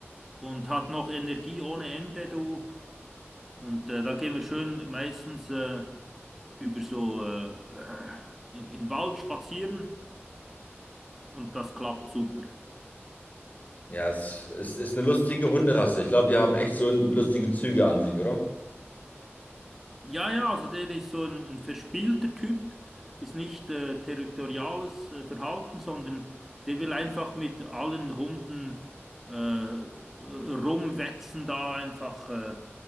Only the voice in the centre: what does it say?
und hat noch Energie ohne Ende, du. Und äh, da gehen wir schön meistens äh, über so äh, äh, in den Wald spazieren und das klappt super.
Ja, ja, also der ist so ein, ein verspielter Typ, ist nicht äh, territoriales äh, Verhalten, sondern der will einfach mit allen Hunden äh, rumwetzen, da einfach äh,